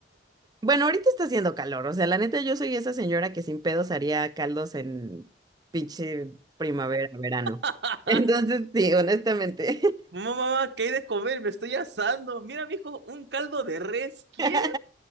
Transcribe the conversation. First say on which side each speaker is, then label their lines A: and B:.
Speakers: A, on the right; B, on the right.
A: Bueno, ahorita está haciendo calor, o sea, la neta yo soy esa señora que sin pedos haría caldos en pinche primavera, verano.
B: <laughs>
A: <laughs> Entonces, sí, honestamente.
B: Mamá, mamá, ¿qué hay de comer? Me estoy asando. Mira, mijo, un caldo de res, ¿quieres?
A: <laughs>